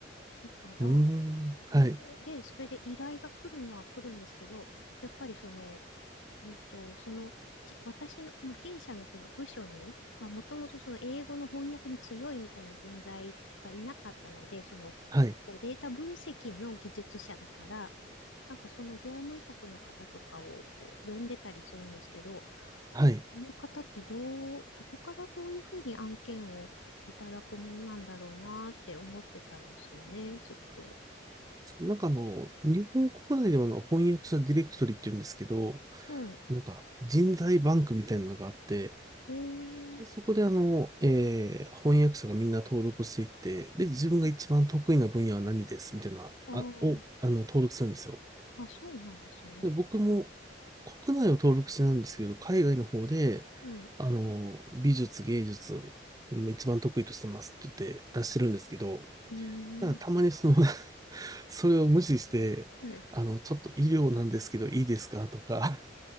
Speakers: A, on the left; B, on the right.
A: だから、
B: ーん、
A: これで、
B: はい、
A: それで依頼が来るのは来るんですけど、やっぱりその、えっと、その、ち私の、まあ、弊社のその部署に、まあ、もともとその英語の翻訳に強いみたいな人材がいなかったので、その、
B: はい、
A: こうデータ分析の技術者だから、なんかその業務委託の方とかをこう呼んでたりするんですけど、
B: はい。
A: あ、こういう方ってどう、どこからどういうふうに案件をいただくもんなんだろうなって思ってたんですよね、ずっと。
B: なんかあの、日本国内ではあの翻訳者ディレクトリっていうんですけど、
A: は
B: なんか人材バンクみたいなのがあって、
A: い。
B: で、そこであの、
A: え
B: えー翻訳者がみんな登録していって、で、自分が一番得意な分野は何ですみたいな、
A: ー、あー
B: あ、を、あの、登録するんですよ。
A: あ、そうなんですね。
B: で、僕も国内を登録してないんですけど、海外の方で、
A: うん。う
B: あの、美術、芸術、うん一番得意としてますって言って出してるんですけど、
A: ーん。
B: ただたまにその <laughs> それを無視して、
A: はい。
B: あの、ちょっと医療なんですけどいいですかとか、